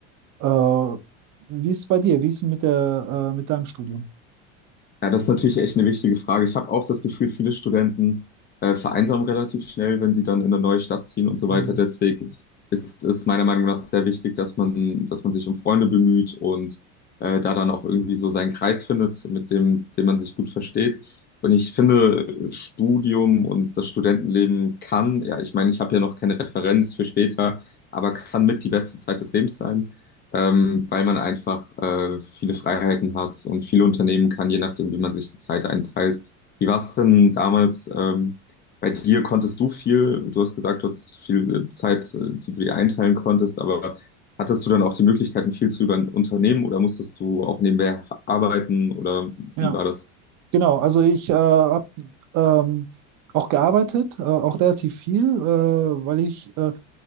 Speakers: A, on the right; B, on the left.
A: äh, wie ist es bei dir? Wie ist es mit der, äh, mit deinem Studium?
B: Ja, das ist natürlich echt eine wichtige Frage. Ich habe auch das Gefühl, viele Studenten äh, vereinsamen relativ schnell, wenn sie dann in eine neue Stadt ziehen und so
A: Hm.
B: weiter. Deswegen ist es meiner Meinung nach sehr wichtig, dass man, dass man sich um Freunde bemüht und äh, da dann auch irgendwie so seinen Kreis findet, mit dem, dem man sich gut versteht. Und ich finde, Studium und das Studentenleben kann, ja, ich meine, ich habe ja noch keine Referenz für später, aber kann mit die beste Zeit des Lebens sein ähm, weil man einfach äh, viele Freiheiten hat und viel unternehmen kann, je nachdem, wie man sich die Zeit einteilt. Wie war es denn damals ähm, bei dir? Konntest du viel? Du hast gesagt, du hattest viel äh, Zeit, äh, die du dir einteilen konntest, aber hattest du dann auch die Möglichkeiten, viel zu über ein Unternehmen oder musstest du auch nebenbei arbeiten oder
A: Ja,
B: wie war das?
A: genau. Also ich äh, habe ähm, auch gearbeitet, äh, auch relativ viel, äh, weil ich äh,